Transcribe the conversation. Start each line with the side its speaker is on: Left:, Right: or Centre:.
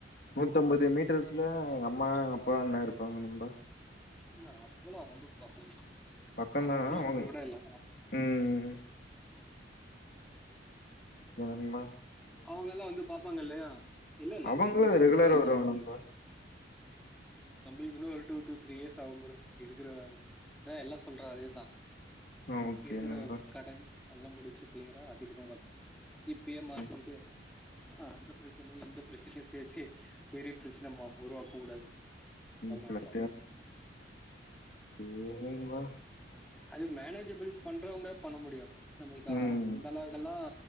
Left: நூத்தம்பது மீட்டர்ஸ்ல எங்க அம்மா அப்பா அண்ண இருப்பாங்க நம்பா
Centre: என்ன அவ்ளோ ரொம்ப பாசமா
Left: பக்கம்
Centre: அற
Left: தான்
Centre: கிலோமீட்டர்
Left: அவங்க
Centre: கூட இல்ல
Left: ம் என்னன்பா
Centre: அவுங்க எல்லாம் வந்து பாப்பாங்க இல்லையா இல்ல இல்ல
Left: அவங்களு
Centre: நம்மளுக்கு ஒன்னு
Left: ரெகுலரா வருவாங்க நண்பா
Centre: நம்மளுக்குன்னு ஒரு டூ டூ த்ரீ இயர்ஸ் ஆகும்புறோ இருகிற எல்லாம் சொல்ற அதேதான்
Left: ஆ ஓகே
Centre: இருக்கிற
Left: நண்பா
Centre: கடன் எல்லாம் முடிச்சு கிளியரா அதுகப்றம் பாத் இப்பியே மாட்டிகிட்டு
Left: ம்
Centre: அந்த பிரச்சனை எந்த பிரச்சனை சேத்து பெரிய பிரச்சனை உருவாக்க கூடாது
Left: <unintelligible>
Centre: அதனாலதான்.
Left: இல்லிங்மா
Centre: அது மேனேஜ்பிள் பண்றவுங்க பண்ண முடியும் நம்மளுக்கா
Left: ம்
Centre: அந்த அளவுக்கெல்லாம்